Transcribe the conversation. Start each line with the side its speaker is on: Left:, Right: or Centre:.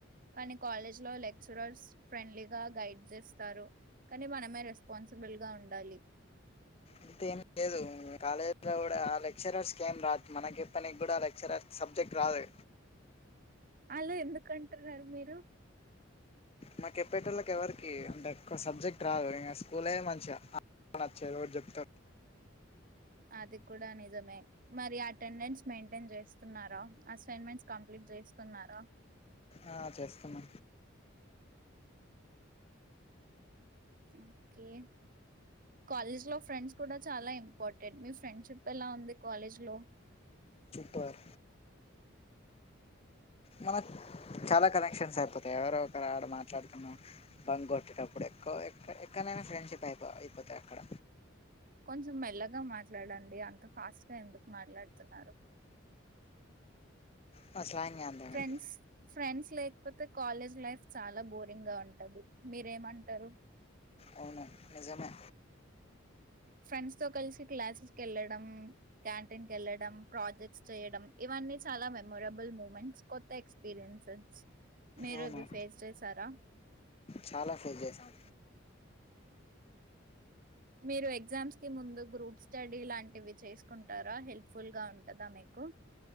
Right: కానీ కాలేజ్లో లెక్చరర్స్ ఫ్రెండ్లీగా గైడ్ చేస్తారు. కానీ మనమే రెస్పాన్సిబుల్గా ఉండాలి.
Left: అంత ఏం లేదు కాలేజీలో కూడా ఆ లెక్చరర్స్ కి ఏం రాదు మనకి చెప్పనికి కూడా లెక్చరర్ సబ్జెక్ట్ రాదు
Right: అలా ఎందుకుంటున్నారు మీరు
Left: మాకు ఎప్పటి వాళ్ళకి ఎవరికి అంటే ఎవ సబ్జెక్ట్ రాదు ఇంక స్కూల్ మంచిగా నచ్చేది ఎ చెప్త
Right: అది కూడా నిజమే, మరి అటెండెన్స్ మెయింటైన్ చేస్తున్నారా, అసైన్మెంట్స్ కంప్లీట్ చేస్కున్నారా
Left: ఆ చేస్తాన్నా
Right: ఓకే కాలేజ్ లో ఫ్రెండ్స్ కూడా చాలా ఇంపార్టెంట్ మీ ఫ్రెండ్షిప్ ఎలా ఉంది కాలేజ్ లో
Left: పర్ మన చాలా కనెక్షన్స్ అయిపోతాయి ఎవరో ఒకరు ఆడ మాట్లాడుతున్నా బంగ్ కొట్టేటప్పుడు ఎవ ఎక్కడనైనా ఫ్రెండ్షిప్ అయిపో అయిపోతాారు అక్కడ
Right: కొంచెం మెల్లగా మాట్లాడండి అంత ఫాస్ట్ గా ఎందుకు మాట్లాడుతున్నారు
Left: నా స్లాంగ్ అంతమే
Right: ఫ్రెండ్స్ ఫ్రెండ్స్ లైక్ కాపోతే కాలేజ్ లైఫ్ చాలా బోరింగ్ గా ఉంటది మీరేమంటారు
Left: అవును నిజమే
Right: ఫ్రెండ్స్ తో కలిసి క్లాసెస్ కెళ్ళడం క్యాంటీన్ కు వెళ్ళడం ప్రాజెక్ట్స్ చేయడం ఇవన్నీ చాలా మెమొరబుల్ మూమెంట్స్ కొత్త ఎక్స్పీరియన్సెస్ మీరు
Left: అవును
Right: ఇవి ఫేస్ చేసారా
Left: చాలా ఫేస్ చేసాం
Right: మీరు ఎగ్జామ్స్ కి ముందు గ్రూప్ స్టడీ లాంటివి చేసుకుంటారా హెల్ప్ఫుల్గా ఉంటుందా మీకు